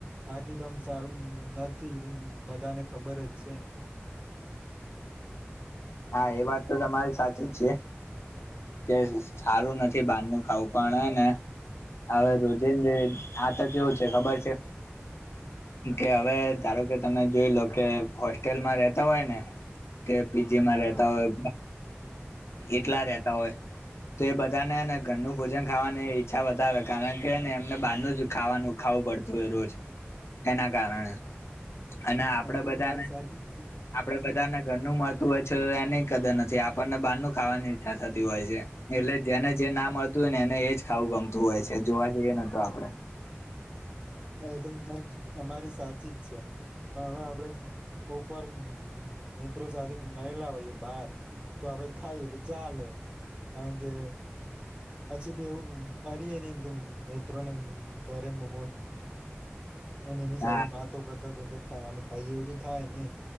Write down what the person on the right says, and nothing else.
આકી તમ સારું નથી બધાને ખબર જ છે ને
હા
હ
એ તો
વાત સાચી જ છે
હા એ તો મ અમારી સાચી જ છે પણ હવે આપડે કોકવાર મિત્રો સાથે ગયલા હોય બહાર તો આપડે ખાઈએ તો ચાલે હે અચ્છી તે એવું કરીએ ન કેમ નેૈત્રો ને ઘરે બય અને એની
સારીું માતો કરતા કરતા ખાવાનું ખાય એવું તો થાય ને